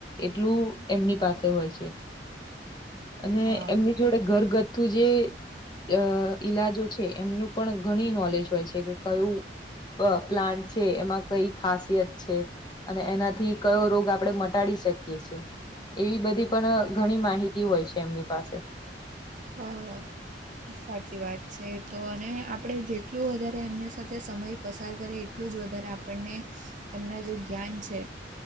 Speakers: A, on the left (about 25°); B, on the right (about 45°).
A: એટલું એમની પાસે હોય છે. અને
B: હા
A: એમની જોડે ઘર ગથ્થુ જે અ ઈલાજો છે. એમનું પણ ઘણી નોલેજ હોય છે કે કયું અ પ્લાન્ટ છે, એમાં કઈ ખાસિયત છે. અને એનાથી કયો રોગ આપણેે મટાડી શકીએ છે. એવી બધી પણ ઘણી માહિતી હોય છે એમની પાસે.
B: હા. સાચી વાત છે, તો અને આપણે જેટલું વધારે એમની સાથે સમય પસાર કરી એટલું જ વધારે આપણને એના જે જ્ઞાન છે.